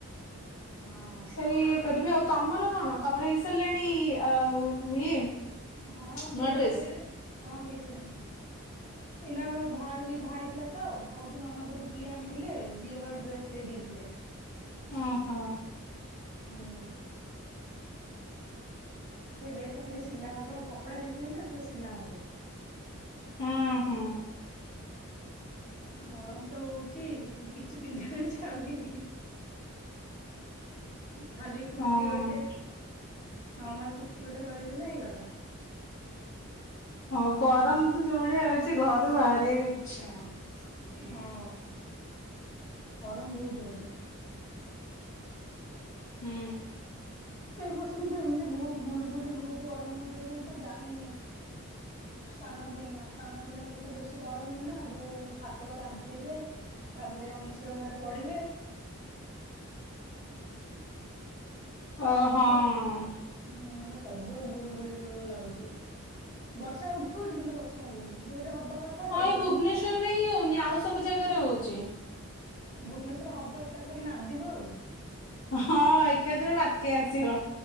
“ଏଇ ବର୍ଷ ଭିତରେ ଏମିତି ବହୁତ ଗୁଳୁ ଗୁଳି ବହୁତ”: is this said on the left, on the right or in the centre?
Left